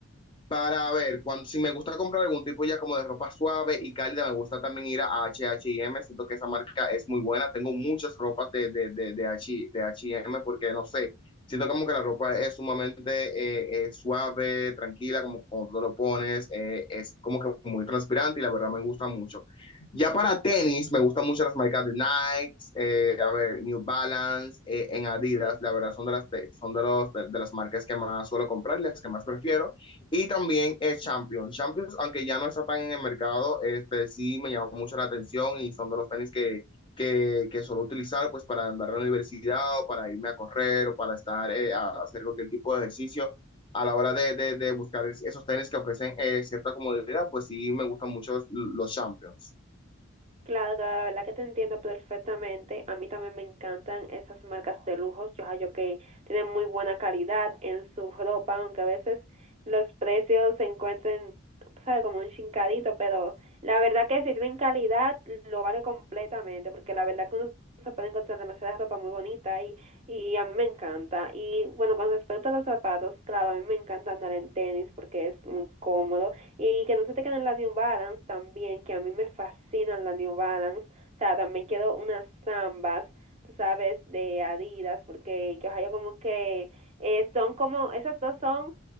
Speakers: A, on the left; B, on the right.
A: Para ver, cuando, si me gusta comprar algún tipo ya como de ropa suave y cálida, me gusta también ir a H y M siento que esa marca es muy buena, tengo muchas ropas de, de, de, de H, de H&M porque no sé, siento como que la ropa es sumamente eh, eh, suave, tranquila, como cuando tú lo pones, eh, es como que muy transpirante y la verdad me gusta mucho. Ya para tenis, me gustan mucho las marcas de Nike, eh, a ver, New Balance, eh, en Adidas, la verdad son de las, son de los, de, de las marcas que más suelo comprar y las que más prefiero. Y también es Champions. Champions, aunque ya no está tan en el mercado, este sí me llamó mucho la atención y son de los tenis que, que, que suelo utilizar pues para andar a la universidad o para irme a correr o para estar eh, a hacer cualquier tipo de ejercicio. A la hora de, de, de buscar esos tenis que ofrecen eh, cierta comodidad, pues sí me gustan mucho los, los Champions.
B: Claro, claro, la verdad que te entiendo perfectamente. A mí también me encantan esas marcas de lujos. Yo hallo que tienen muy buena calidad en su ropa, aunque a veces los precios se encuentren, sabe, como un chincadito, pero la verdad que si tienen calidad, lo vale completamente, porque la verdad que uno se puede encontrar demasiada ropa muy bonita y, y a mí me encanta. Y bueno, con respecto a los zapatos, claro, a mí me encanta andar en tenis porque es muy cómodo y que no se te queden las New Balance también, que a mí me fascinan las New Balance. O sea, también quiero unas zambas, tú sabes, de Adidas, porque yo hallo como que eh, son como, esas dos son,